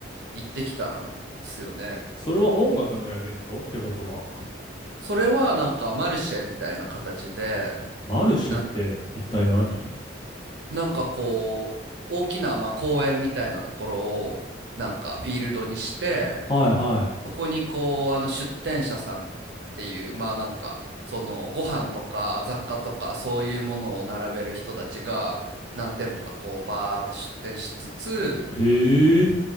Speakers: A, on the right (about 60°); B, on the left (about 25°).
A: 行ってきたんですよね。
B: それは音楽のイベントってことは。
A: それはなんかマルシェみたいな形で、
B: マルシェって一体何
A: なん、なんかこう、大きなまあ公園みたいなところをなんかフィールドにして、
B: はいは
A: そこにこう、あの出店者さんっていう、まあなんか、そのご飯とか雑貨とかそういうものを並べる人たちが何店舗かこうバーって出店しつつ、
B: い。へえ。